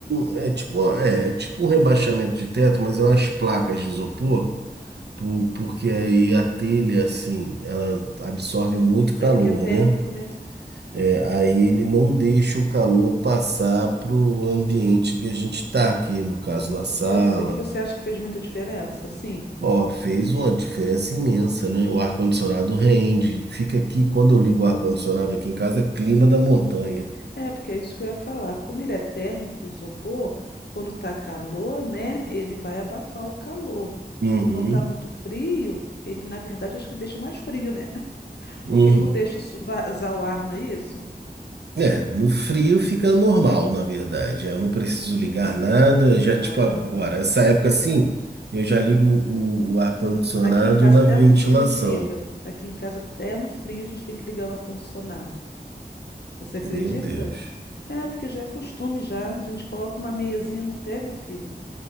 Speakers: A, on the right; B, on the left.
A: um. É tipo, uma- é, é tipo um rebaixamento de teto, mas é umas placas de isopor. Por- porque aí a telha, assim, ela absorve muito calor,
B: É porque é térmico,
A: né?
B: né?
A: É, aí ele não deixa o calor passar para o ambiente que a gente está aqui, no caso na sala.
B: Eu sei- E você acha que fez muita diferença? Sim.
A: Ó, fez uma diferença imensa, né? O ar-condicionado rende. Fica aqui, quando eu ligo o ar-condicionado aqui em casa, é clima da montanha.
B: É, porque é isso que eu ia falar. Como ele é térmico, o isopor, quando tá calor, né? Ele vai abafar o calor.
A: Uhum.
B: Quando tá muito frio, ele, na verdade, acho que deixa mais frio, né? <laughs>
A: Uhum.
B: Porque ele não deixa su- vazar o ar, não é isso?
A: É, no frio fica normal, na verdade. Eu não preciso ligar nada, já
B: Ah.
A: tipo agora, essa época assim, eu já ligo o, o ar-condicionado
B: Aqui em casa,
A: na
B: até
A: ventilação.
B: no frio, a gente liga. Aqui em casa, até no frio, a gente tem que ligar o ar-condicionado. Você acredita?
A: Meu Deus.
B: É, porque já é costume já. A gente coloca uma meiazinha no pé, meu filho.